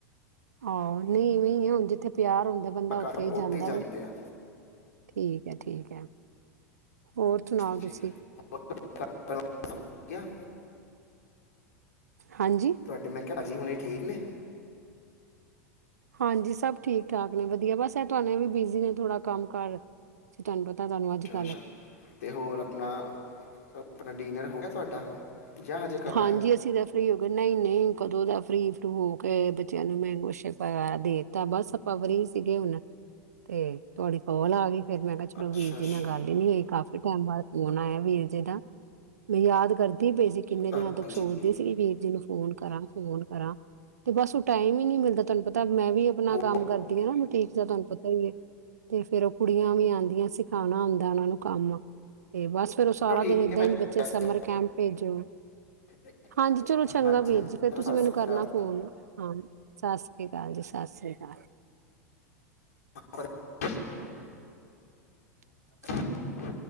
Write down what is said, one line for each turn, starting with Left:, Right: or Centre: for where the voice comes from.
Right: ਆਹੋ ਨਹੀਂ ਨਹੀਂ ਹੁਣ ਜਿੱਥੇ ਪਿਆਰ ਹੁੰਦਾ ਬੰਦਾ
Left: ਪਤਾ
Right: ਉੱਥੇ
Left: ਸਭ
Right: ਹੀ ਜਾਂਦਾ
Left: ਜਾਂਦੇ
Right: ਵ
Left: ਆ
Right: ਠੀਕ ਹੈ ਠੀਕ ਹੈ ਹੋਰ ਸੁਣਾਓ
Left: ਜੀ
Right: ਤੁਸੀਂ
Left: ਹੋਰ ਤੁਹਾਡੇ ਘਰ ਪਰਿਵਾਰ ਸਭ ਗਿਆ
Right: ਹਾਂਜੀ
Left: ਤੁਹਾਡੇ ਮੈਂ ਕਿਹਾ ਭਾਜੀ ਹੁਣੀ ਠੀਕ ਨੇ
Right: ਹਾਂਜੀ ਸਭ ਠੀਕ ਠਾਕ ਨੇ ਵਧੀਆ ਬਸ ਇਹ ਤੁਹਾਨੇ ਵੀ ਬਿਜ਼ੀ ਨੇ ਥੋੜਾ ਕੰਮ ਕਰ ਤੁਹਨੂੰ ਪਤਾ ਤੁਹਾਨੂੰ ਅੱਜ
Left: ਅੱਛਾ
Right: ਕੱਲ
Left: ਅੱਛਾ ਤੇ ਹੋਰ ਆਪਣਾ ਆਪਣਾ ਡਿਨਰ ਹੋ ਗਿਆ ਤੁਹਾਡਾ ਜਾਂ ਹਜੇ ਕਰਨਾ
Right: ਹਾਂਜੀ
Left: ਹੈ
Right: ਅਸੀਂ ਤਾਂੈ ਫਰ ਹੀ ਹੋ ਗਏ ਨਹੀਂ ਨਹੀਂ ਕਦੋਂ ਦਾ ਫਰੀ ਫਲੂ ਹੋ ਕੇ ਬੱਚਿਆਂ ਨੂੰ ਮੈਂ ਕੁਛ ਦੇਤਾ ਬਸ ਆਪਾਂ ਫਰੀ ਸੀਗੇ ਹੁਣ ਤੇ ਤੁਹਾਡੀ ਕੋਲ ਆ ਗਈ ਫਿਰ ਮੈਂ ਕਿਹਾ ਚਲੋ ਵੀਰ
Left: ਅੱਛਾ
Right: ਜੀ
Left: ਅੱਛਾ
Right: ਨਾਲ ਗੱਲ ਹੀ ਨੀ ਹੋਈ ਕਾਫੀ ਟਾਈਮ ਬਾਅਦ ਫੋਨ ਆਇਆ ਵੀਰ ਜੀ ਦਾ ਮੈਂ ਯਾਦ ਕਰਦੀ ਪਏ ਸੀ। ਕਿੰਨੇ
Left: ਹਾਂਜੀ
Right: ਦਿਨਾਂ ਤੋਂੱਕ ਸੋਚਦੇ ਸੀਗੇ ਵੀਰ ਜੀ ਨੂੰ ਫੋਨ ਕਰਾਂ, ਫੋਨ ਕਰਾਂ, ਤੇ ਬਸ ਟਾਈਮ ਹੀ ਨਹੀਂ ਮਿਲਦਾ। ਤੁਹਾਨੂੰ ਪਤਾ ਮੈਂ ਵੀ ਆਪਣਾ
Left: ਬਹੁਤ
Right: ਕੰਮ ਕਰਦੀ ਹਾਂ ਨਾ-ਬਟੀਕ ਦਾ। ਤੁਹਾਨੂੰ ਪਤਾ ਹੀ ਹੈ। ਤੇ ਫੇਰ ਉਹ ਕੁੜੀਆਂ ਵੀ ਆਉਂਦੀਆਂ ਸਿਖਾਉਣਾ ਆਉਂਦਾ ਉਹਨਾਂ ਨੂੰ ਕੰਮ। ਤੇ ਬਸ, ਫੇਰ ਉਹ ਸਾਰਾ
Left: ਚਲੋ ਠੀਕ
Right: ਦਿਨ ਏਦਾਂ
Left: ਹੈ ਭੈਣ
Right: ਹੀ-ਬੱਚੇ ਸਮਰ
Left: ਜੀ, ਸਤਿ
Right: ਕੈਂਪ ਵਿਚ।
Left: ਸ਼੍ਰੀ ਅਕਾਲ।
Right: ਹਾਂਜੀ, ਚਲੋ ਚੰਗਾ
Left: ਹਾਂਜੀ
Right: ਵੀਰ
Left: ਹਾਂਜੀ
Right: ਜੀ। ਫਿਰ
Left: ਚਲੋ
Right: ਤੁਸੀਂ ਮੈਨੂੰ
Left: ਸਤਿ ਸ਼੍ਰੀ
Right: ਕਰਨਾ ਫ਼ੋਨ ਹਾਂ, ਸਤਿ ਸ੍ਰੀ ਅਕਾਲ ਜੀ, ਸਤਿ ਸ੍ਰੀ ਅਕਾਲ।
Left: <unintelligible>
Right: <inaudible>
Left: ਅਕਾਲ